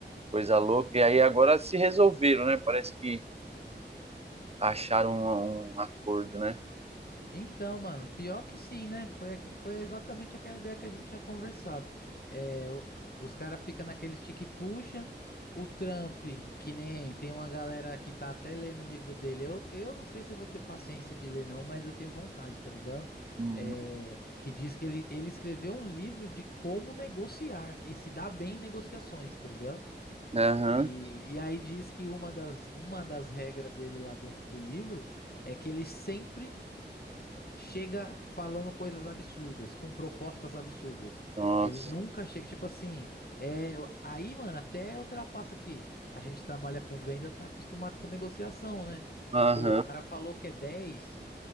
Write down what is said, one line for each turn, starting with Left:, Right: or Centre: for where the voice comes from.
Right: coisa louca. E aí agora se resolveram, né? Parece que acharam um, um acordo, né?
Left: Então, mano, pior que sim, né? Foi, aque- foi exatamente aquela ideia que a gente tinha conversado. É, o- os caras ficam naquele stick puxa, o Trump, que nem tem uma galera que tá até lendo o livro dele. Eu, eu não sei se eu vou ter paciência de ler, não, mas eu tenho vontade, tá ligado?
Right: Uhum.
Left: É, que diz que ele, ele escreveu um livro de como negociar e se dar bem em negociações, tá ligado?
Right: Aham.
Left: E, e aí diz que uma das, uma das regras dele lá dentro do livro é que ele sempre chega falando coisas absurdas, com propostas absurdas.
Right: Nossa.
Left: Ele nunca chega, tipo assim, é, aí, mano, até ultrapassa aqui. A gente trabalha com venda, tá acostumado com negociação, né?
Right: Aham.
Left: Ou o cara falou que é 10.